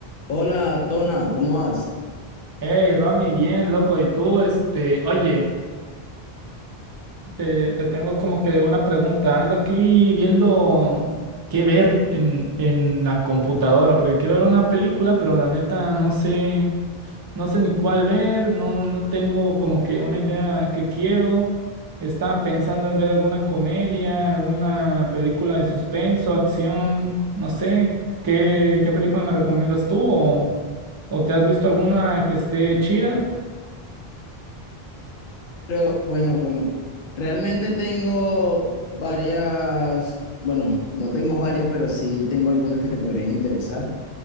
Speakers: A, on the left; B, on the right.
A: Hola, Tona, ¿cómo vas?
B: Hey, Ronnie, bien, loco. Y tú, este, oye, te, te tengo como que una pregunta. Ando aquí viendo qué ver en, en la computadora, porque quiero ver una película, pero la neta no sé, no sé ni cuál ver, no, no tengo como que una idea que quiero. Estaba pensando en ver alguna comedia, alguna película de suspenso, acción, no sé, ¿qué, qué película me recomiendas tú? ¿O, o te has visto alguna que esté chida?
A: Pero bueno, bueno, realmente tengo varias, bueno, no tengo varias, pero sí tengo algunas que te podrían interesar.